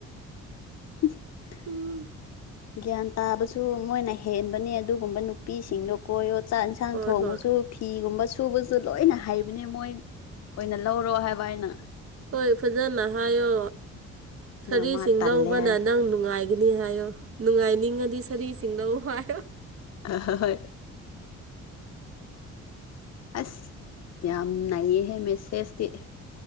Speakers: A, on the left; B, on the right.
A: <unintelligible>
B: ꯎꯝ
A: ꯒ꯭ꯌꯥꯟ ꯇꯥꯕꯁꯨ ꯃꯣꯏꯅ ꯍꯦꯟꯕꯅꯤ ꯑꯗꯨꯒꯨꯝꯕ ꯅꯨꯄꯤꯁꯤꯡꯗꯣ ꯀꯣꯏꯌꯣ ꯆꯥꯛ ꯌꯦꯟꯁꯥꯡ
B: ꯖꯥꯠ ꯍꯣꯏ
A: ꯊꯣꯡꯕꯁꯨ
B: ꯍꯣꯏ
A: ꯐꯤꯒꯨꯝꯕ ꯁꯨꯕ ꯁꯨ ꯂꯣꯏꯅ ꯍꯩꯕꯅꯦ ꯃꯣꯏ ꯑꯣꯏꯅ ꯂꯧꯔꯣ ꯍꯥꯏꯕ ꯍꯥꯏꯅ
B: ꯍꯣꯏ ꯐꯖꯅ ꯍꯥꯏꯌꯣ ꯁꯥꯔꯤꯁꯤꯡ
A: ꯑꯗꯣ ꯃꯥ ꯇꯜꯂꯦ
B: ꯂꯧꯕꯅ
A: ꯍꯥꯏ
B: ꯅꯪ ꯅꯨꯡꯉꯥꯏꯈꯤ ꯅꯤ ꯍꯥꯏꯌꯣ ꯅꯨꯡꯉꯥꯏꯅꯤꯡꯉꯗꯤ ꯁꯔꯤꯁꯤꯡꯗ ꯋꯥꯏ
A: ꯑ ꯍꯣꯏ ꯑꯁ ꯌꯥꯝ ꯅꯥꯏꯌꯦꯍꯦ ꯃꯦꯁꯦꯖꯇꯤ